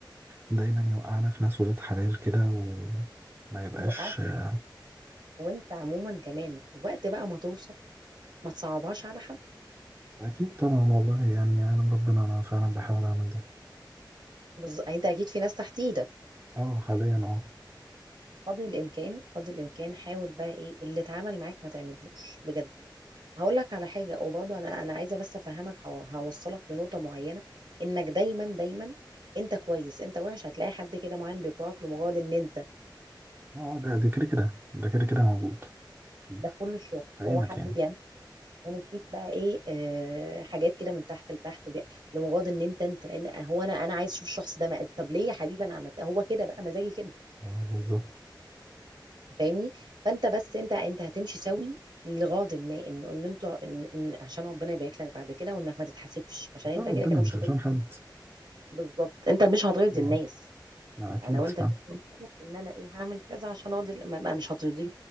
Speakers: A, on the right; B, on the right.
A: دايما يوقعنا في ناس ولاد حلال كده وما يبقاش
B: يوقعك
A: آه،
B: وانت عموما كمان وقت بقى ما توصل ما تصعبهاش على حد
A: أكيد طبعا والله يعني يعلم ربنا أنا فعلا بحاول أعمل ده
B: بس انت اكيد في ناس تحت ايدك
A: أه حاليا أه
B: قدر الامكان قدر الامكان حاول بقى ايه اللي اتعامل معاك ما تعملهوش بجد هقول لك على حاجه وبرضه انا انا عايزه بس افهمك هو- هوصلك لنقطه معينه انك دايما دايما انت كويس انت وحش هتلاقي حد كده معين بيكرهك لمجرد ان انت
A: أه ده ده كده كده ده كده كده موجود أكيد
B: ده في كل الشغل
A: في أي
B: هو
A: مكان
B: حد بيعمل بيعمل فيك بقى ايه آه حاجات كده من تحت لتحت وبي... لمجرد ان انت انت أنا- هو انا انا عايز اشوف الشخص ده مقز طب ليه يا حبيبي انا عملت هو كده بقى مزاجي كده
A: اه بالظبط
B: فاهمني فانت بس انت انت هتمشي سوي لغاض ما ان ان انتوا إن إن عشان ربنا يبارك لك بعد كده وانك ما تتحاسبش عشان
A: عشان
B: انت
A: ربنا
B: كده كده
A: مش
B: مش هترضي
A: عشان حد
B: بالظبط انت مش هترضي
A: لا
B: الناس
A: لا أكيد
B: يعني لو انت
A: فاهم
B: فاهم ان انا ايه هعمل كذا عشان ارضي ما ما- مش هترضيه